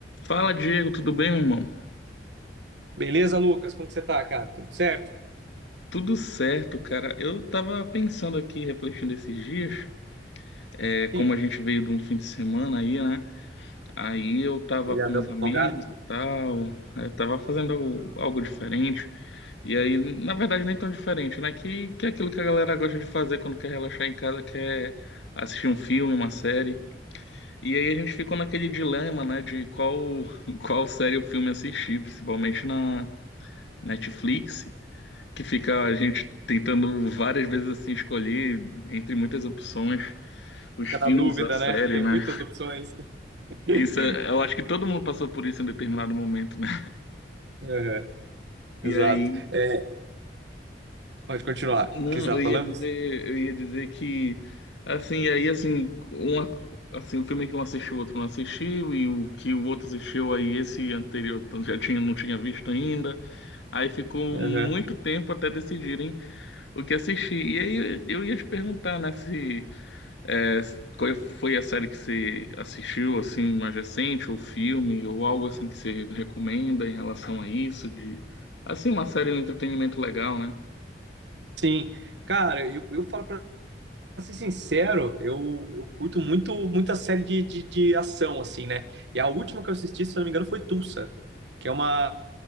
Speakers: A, on the left (about 85°); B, on the right (about 80°).
A: Fala, Diego, tudo bem, meu irmão?
B: Beleza, Lucas? Como que você tá, cara? Tudo certo?
A: Tudo certo, cara. Eu tava pensando aqui, refletindo esses dias, é, como
B: Sim.
A: a gente veio de um fim de semana aí, né? Aí eu tava
B: Feriadão
A: com os
B: prolongado,
A: amigos e tal, aí eu tava fazendo algo algo diferente. E aí, na verdade, nem tão diferente, né? Que, que é aquilo que a galera gosta de fazer quando quer relaxar em casa, quer assistir um filme, uma série. E aí a gente ficou naquele dilema, né, de qual, <laughs> qual série ou filme assistir, principalmente na Netflix. que fica a gente tentando várias vezes assim escolher entre muitas opções os
B: fica
A: filmes,
B: na dúvida,
A: a série,
B: né? <laughs> Tem
A: né?
B: muitas opções. <laughs>
A: Isso, é- eu acho que todo mundo passou por isso em determinado momento, né?
B: Aham,
A: E
B: Exato.
A: aí,
B: É, pode continuar.
A: não,
B: O que você estava
A: eu
B: falando?
A: ia dizer, eu ia dizer que assim, e aí assim, uma, assim, o filme que um assistiu, o outro não assistiu e o que o outro assistiu aí esse anterior já tinha não tinha visto ainda. Aí ficou
B: Aham.
A: muito tempo até decidirem o que assistir. E aí eu, eu ia te perguntar, né, se É, qual é, foi a série que você assistiu, assim, mais recente, ou filme, ou algo assim que você recomenda em relação a isso, de, assim, uma série, um entretenimento legal, né?
B: Sim. Cara, eu, eu falo pra ser sincero, eu, eu curto muito muita série de, de, de ação, assim, né? E a última que eu assisti, se eu não me engano, foi Tulsa, que é uma,